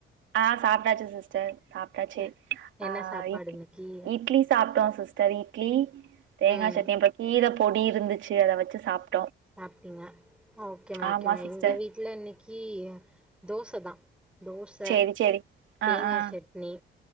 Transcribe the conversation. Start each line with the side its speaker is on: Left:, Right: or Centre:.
Right: அ சாப்ட்டாச்சு சிஸ்டர் சாப்ட்டாச்சு
Centre: எ என்ன
Right: அ
Centre: சாப்பாடு
Right: இட்
Centre: இன்னைக்கி
Right: இட்லி சாப்ட்டோ சிஸ்டர் இட்லி தேங்கா
Centre: ம்
Right: சட்னி இந்த கீர பொடி இருந்துச்சு அத வச்சு சாப்
Centre: சாப்ட்டீங்க ஓகேமா ஓகேமா
Right: ஆமா சிஸ்டர்
Centre: எங்க வீட்ல இன்னிக்கி தோச தா தோச
Right: சேரி சேரி
Centre: தேங்கா
Right: ஆ ஆ
Centre: சட்னி